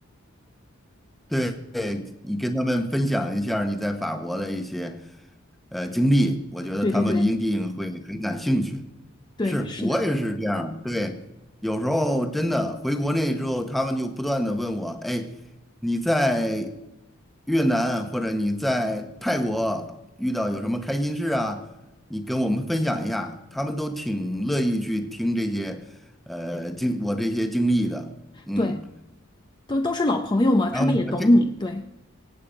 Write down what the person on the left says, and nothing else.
对对对对，
是的，
对。都都是老朋友嘛，
他们也懂你，对